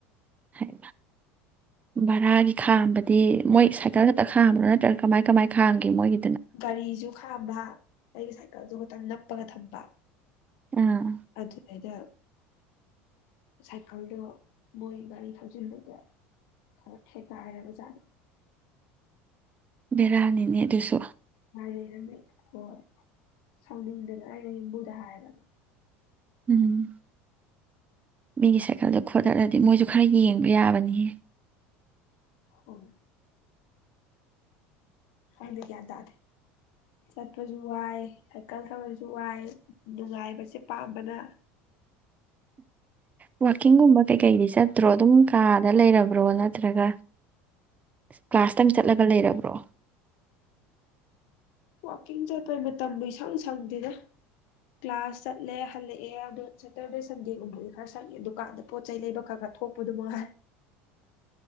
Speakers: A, on the right; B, on the left.
A: ꯍꯥꯏ ꯚꯔꯥꯒꯤ ꯈꯥꯝꯕꯗꯤ ꯃꯣꯏ ꯁꯥꯏꯀꯜ ꯈꯛꯇ ꯈꯥꯝꯕ꯭ꯔꯣ ꯅꯠꯇ꯭ꯔꯒ ꯀꯃꯥꯏ ꯀꯃꯥꯏ ꯈꯥꯝꯒꯦ ꯃꯣꯏꯒꯤ
B: ꯒꯥꯔꯤꯁꯨ ꯈꯥꯝꯕ ꯑꯩꯒꯤ ꯁꯥꯏꯀꯜꯖꯨ ꯈꯛꯇꯪ ꯅꯞꯄꯒ ꯊꯝꯕ
A: ꯑꯥ
B: ꯑꯗꯨꯗꯩꯗ ꯁꯥꯏꯀꯜꯗꯣ ꯃꯣꯏ ꯒꯥꯔꯤ ꯊꯧꯖꯤꯟꯕꯗ ꯈꯔ ꯈꯦꯒꯥꯏꯔꯕꯖꯥꯠꯅꯤ
A: ꯕꯦꯔꯥꯅꯤꯅꯦ ꯑꯗꯨꯁꯨ
B: ꯂꯩꯝ ꯂꯩ ꯍꯣꯏ ꯁꯥꯎꯅꯤꯡꯗꯅ ꯑꯩꯅ ꯌꯨꯝꯕꯨꯗ ꯍꯥꯏꯕꯅꯤ
A: ꯎꯝ ꯃꯤꯒꯤ ꯁꯥꯏꯀꯜꯗꯣ ꯈꯣꯠꯇꯠꯂꯗꯤ ꯃꯣꯏꯁꯨ ꯈꯔ ꯌꯦꯡꯕ ꯌꯥꯕꯅꯤꯍꯦ
B: ꯍꯣꯏ ꯍꯥꯏꯗꯤ ꯒ꯭ꯌꯥꯟ ꯇꯥꯗꯦ ꯆꯠꯄꯁꯨ ꯋꯥꯏ ꯁꯥꯏꯀꯜ ꯊꯧꯔꯁꯨ ꯋꯥꯏ ꯅꯨꯡꯉꯥꯏꯕꯁꯦ ꯄꯥꯝꯕꯅ
A: ꯎ <inaudible> ꯋꯥꯀꯤꯡꯒꯨꯝꯕ ꯀꯩꯀꯩꯗꯤ ꯆꯠꯇ꯭ꯔꯣ ꯑꯗꯨꯝ ꯀꯥꯗ ꯂꯩꯔꯕ꯭ꯔꯣ ꯅꯠꯇ꯭ꯔꯒ ꯀ꯭ꯂꯥꯁꯇꯪ ꯆꯠꯂꯒ ꯂꯩꯔꯕ꯭ꯔꯣ
B: ꯋꯥꯛꯀꯤꯡ ꯆꯠꯄꯩ ꯃꯇꯝꯕꯨ ꯏꯁꯪ ꯁꯪꯗꯦꯗ ꯀ꯭ꯂꯥꯁ ꯆꯠꯂꯦ ꯍꯜꯂꯛꯑꯦ ꯑꯗꯣ ꯁꯦꯇꯔꯗꯦ ꯁꯟꯗꯦꯒꯨꯝꯕꯗꯤ ꯈꯔ ꯁꯪꯉꯦ ꯗꯨꯀꯥꯟꯗ ꯄꯣꯠ ꯆꯩꯩ ꯂꯩꯕ ꯈꯔ ꯈꯔ ꯊꯣꯛꯄꯗꯨ ꯃꯉꯥꯏ